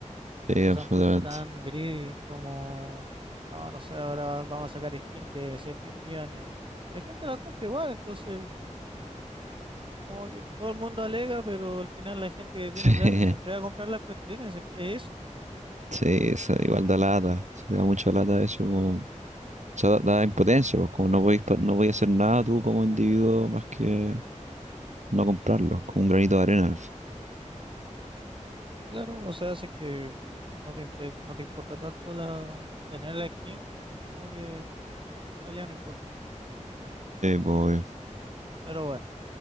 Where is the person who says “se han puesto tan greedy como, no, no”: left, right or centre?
Right